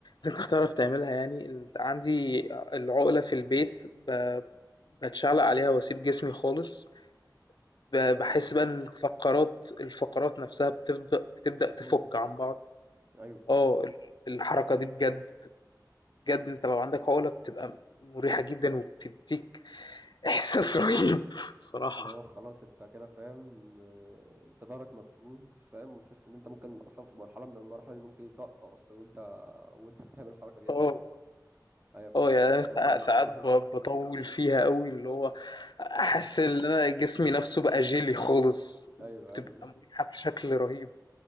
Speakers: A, on the left; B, on the right.
A: أنت هتعرف تعملها يعني ال- عندي العقلة في البيت ب- بتشعلق عليها وأسيب جسمي خالص ب-
B: تمام
A: بحس بقى إن الفقرات الفقرات نفسها بتبدأ بتبدأ
B: مفروده
A: تفك عن بعض
B: ايوه
A: اه ال- الحركة دي بجد بجد أنت لو عندك عقلة بتبقى مريحة جدا وبتديك إحساس <laughs> رهيب الصراحة
B: اللي هو خلاص انت كده فاهم آه، انت ظهرك مفرود فاهم وتحس ان انت ممكن اصلا في مرحله من المراحل اللي ممكن يطق اصلا وانت وانت بتعمل الحركه دي
A: اه
B: اساسا ايوه فبيبقى
A: اه يعني
B: الموضوع
A: أنا ساع-
B: مريح
A: ساعات
B: <laughs> ايوه
A: ب- بطول فيها قوي اللي هو احس ان انا جسمي نفسه بقى جيلي خالص
B: ايوه
A: بتبقى
B: ايوه
A: مريحة بشكل رهيب